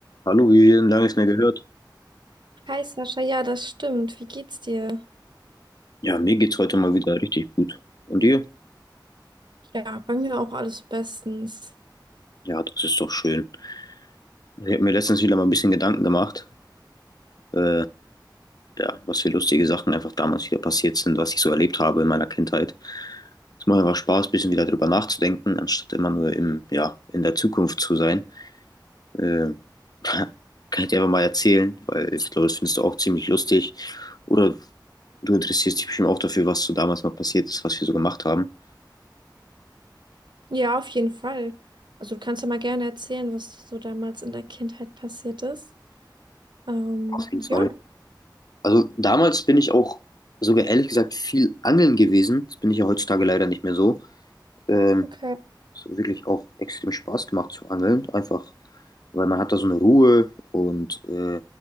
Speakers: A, on the left; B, on the right.
A: Hallo, wie lange ich nicht mehr gehört.
B: Hi Sascha, ja, das stimmt. Wie geht's dir?
A: Ja, mir geht's heute mal wieder richtig gut. Und dir?
B: Ja, bei mir auch alles bestens.
A: Ja, das ist doch schön. Ich habe mir letztens wieder mal ein bisschen Gedanken gemacht, äh, ja, was für lustige Sachen einfach damals wieder passiert sind, was ich so erlebt habe in meiner Kindheit. Es macht einfach Spaß, ein bisschen wieder drüber nachzudenken, anstatt immer nur im, ja, in der Zukunft zu sein. Äh, <laughs> kann ich dir einfach mal erzählen, weil ich glaube, das findest du auch ziemlich lustig. Oder du interessierst dich bestimmt auch dafür, was so damals mal passiert ist, was wir so gemacht haben.
B: Ja, auf jeden Fall. Also du kannst ja mal gerne erzählen, was so damals in der Kindheit passiert ist. Ähm,
A: Auf jeden Fall.
B: ja,
A: Also damals bin ich auch sogar ehrlich gesagt viel angeln gewesen. Das bin ich ja heutzutage leider nicht mehr so. Ähm,
B: okay.
A: es hat wirklich auch extrem Spaß gemacht zu angeln. Einfach, weil man hat da so eine Ruhe und äh,